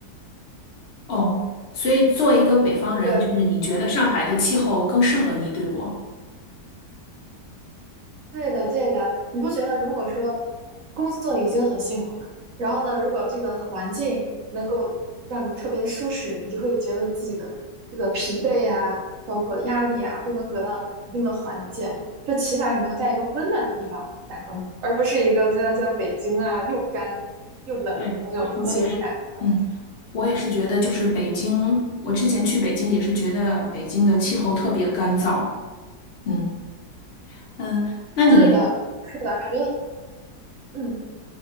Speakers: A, on the left (about 55°); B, on the right (about 65°).
A: 哦，所以作为一个北方人，
B: 这个
A: 就是你觉得上海的气候更适合你，对不？
B: 对的，对的，你不觉得如果说呃工作已经很辛苦了，然后呢，如果这个环境能够让你特别的舒适，你就会觉得自己的这个疲惫啊，包括压力啊，都能得到一定的缓解嘛。就起码你能在一个温暖的地方打工，而不是一个就像在北京啊，又干又冷，
A: 对，
B: 还有空气污染的。
A: 我也是。嗯，我也是觉得，就是北京，我之前去北京也是觉得北京的气候特别干燥。嗯嗯，那你，
B: 是的，是的，感觉嗯，